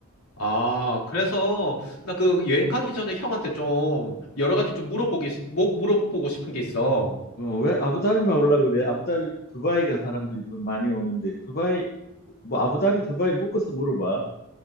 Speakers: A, on the left (about 70°); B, on the left (about 45°).
A: 아, 그래서 나 그 여행 가기 전에 형한테 좀 여러 가지 좀 물어보기, 뭐- 물어보고 싶은 게 있어.
B: 어, 왜 아부다비만 올라 그래? 아부다비 두바이가 사람들이 좀 많이 오는데 두바이 뭐 아부다비 두바이 묶어서 물어봐.